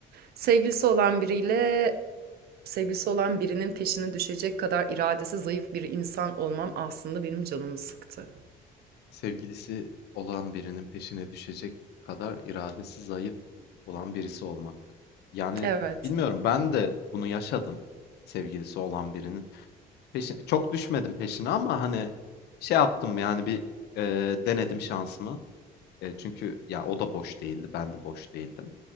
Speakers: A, on the right (about 65°); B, on the left (about 75°).
A: sevgilisi olan biriyle Sevgilisi olan birinin peşine düşecek kadar iradesi zayıf bir insan olmam aslında benim canımı sıktı.
B: Sevgilisi olan birinin peşine düşecek kadar iradesi zayıf olan birisi olmak. Yani
A: Evet,
B: bilmiyorum ben de bunu yaşadım. Sevgilisi olan birinin peşine çok düşmedim peşine ama hani şey yaptım yani bir e, denedim şansımı. E, çünkü ya o da boş değildi, ben de boş değildim.